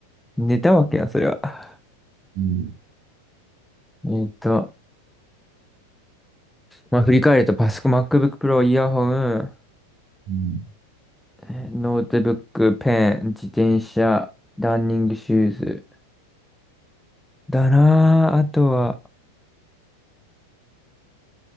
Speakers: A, in the centre; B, on the right.
A: 寝たわけや、それは。
B: うん。
A: えーっと、まあ振り返るとパソコン、MacBook Pro、イヤホン、
B: うん。
A: えーノートブック、ペン、自転車、ランニングシューズ。だなぁ。あとは、